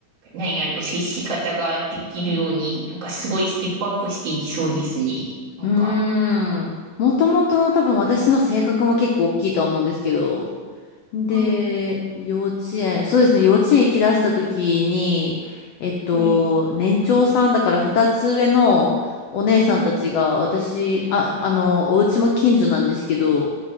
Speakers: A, on the right; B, on the left.
A: なんやろ、接し方ができるように、なんかすごいステップアップしていきそうですね。なんか。
B: うーん。もともとの多分私の性格も結構大きいとは思うんですけど。で、
A: はい、
B: 幼稚園、そうですね、幼稚園行き出した時に、えっと、
A: はい、
B: 年長さんだから2つ上のお姉さんたちが私、
A: うん。
B: あ、あの、お家も近所なんですけど、